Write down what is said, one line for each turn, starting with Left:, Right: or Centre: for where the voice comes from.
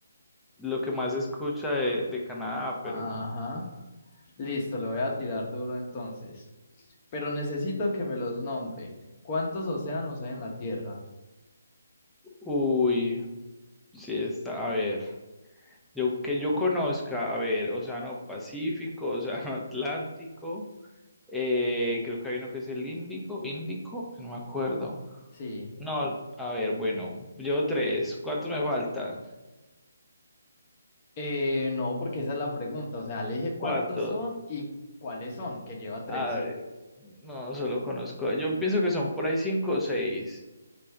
Centre: Lo que más se escucha de, de Canadá,
Left: Ajá.
Centre: pero no.
Left: Listo, lo voy a tirar duro entonces. Pero necesito que me los nombre. ¿Cuántos océanos hay en la Tierra?
Centre: Uy, sí está. A ver, yo que yo conozca, a ver, Océano Pacífico, <laughs> Océano Atlántico. Eh, creo que hay uno que es el índigo, índico, no me acuerdo.
Left: Sí.
Centre: No, a ver, bueno, llevo tres. ¿Cuántos me faltan?
Left: Eh, no, porque esa es la pregunta. O sea, le dije cuántos
Centre: ¿Cuántos?
Left: son y cuáles son, que lleva tres,
Centre: A
Left: sí.
Centre: ver, no, solo conozco. Yo pienso que son por ahí cinco o seis,